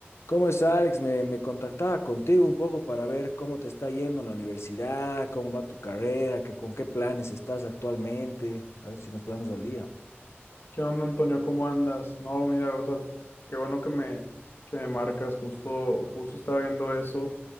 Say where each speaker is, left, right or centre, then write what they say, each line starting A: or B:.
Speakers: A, on the left; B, on the left.
A: ¿Cómo está, Alex? Me, me contactaba contigo un poco para ver cómo te está yendo en la universidad, cómo va tu carrera, que, con qué planes estás actualmente, a ver si nos ponemos al día.
B: ¿Qué onda, Antonio? ¿Cómo andas? No, mira, o sea, qué bueno que me, que me marcas. Justo, justo estaba viendo eso.